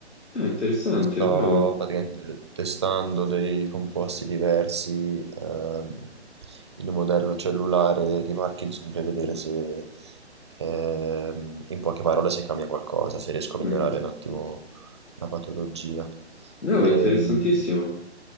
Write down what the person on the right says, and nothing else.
Sto
praticamente testando dei composti diversi ehm, in un modello cellulare di Parkinson per vedere se, ehm, in poche parole, se cambia qualcosa, se riesco a
migliorare un attimo la patologia.
Ehm,